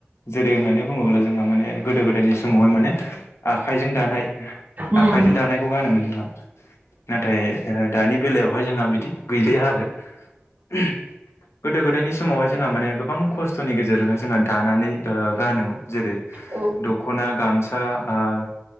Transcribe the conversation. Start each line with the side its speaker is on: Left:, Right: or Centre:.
Left: जेरै होननानै बुङोब्ला जोंहा माने गोदो गोदायनि समावहाय माने आखाइजों दानाय
Right: उम
Left: आखायजों दानाय खौ गानोमोन जोंहा नाथाय ओ दानि बेलायावहाय जोंहा बिदि गैलिया आरो। <unintelligible> गोदो गोदायनि समावहाय जोंहा माने गोबां खस्थ'नि गेजेरजोंहाय जोङो दानानै ओ गानोमोन। जेरै
Right: औ उम
Left: दख'ना गामसा ओ